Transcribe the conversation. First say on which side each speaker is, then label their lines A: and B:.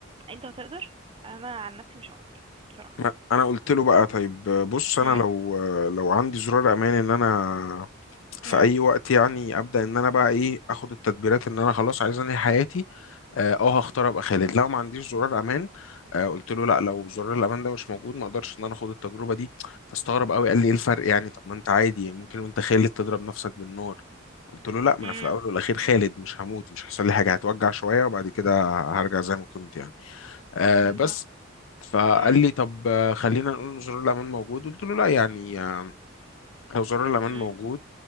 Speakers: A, on the right; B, on the left.
A: انت هتقدر انا عن نفسي مش هقدر بصراحة
B: ما- انا قلت له بقى طيب بص انا
A: امم
B: لو لو عندي زرار امان ان انا في
A: امم
B: اي وقت يعني ابدا ان انا بقى ايه اخد التدبيرات ان انا خلاص عايز انهي حياتي اه آه، هختار ابقى خالد لو ما عنديش زرار امان آه قلت له لا لو زرار الامان ده مش موجود ما اقدرش ان انا اخد التجربه دي فاستغرب قوي قال لي ايه الفرق يعني طب ما انت عادي ممكن وانت خالد تضرب نفسك بالنار قلت له لا ما
A: امم
B: انا في الاول والاخير خالد مش هموت مش هيحصل لي حاجه هتوجع شويه وبعد كده هرجع زي ما كنت يعني آه
A: بالظبط
B: بس فقال
A: امم
B: لي طب آه، خلينا نقول ان زرار الامان موجود قلت له لا يعني آه، لو زرار الامان
A: امم
B: موجود